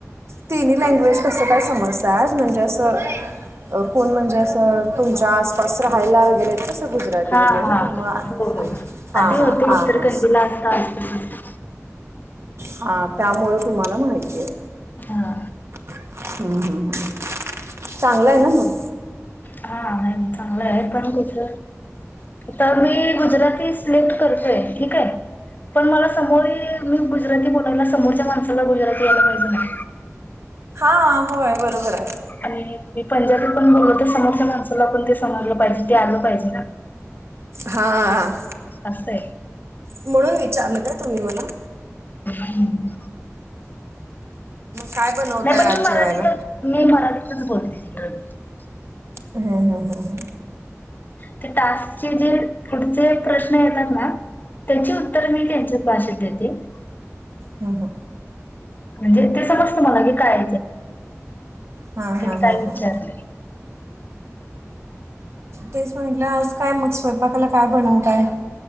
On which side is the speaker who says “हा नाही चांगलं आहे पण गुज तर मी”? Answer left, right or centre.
Left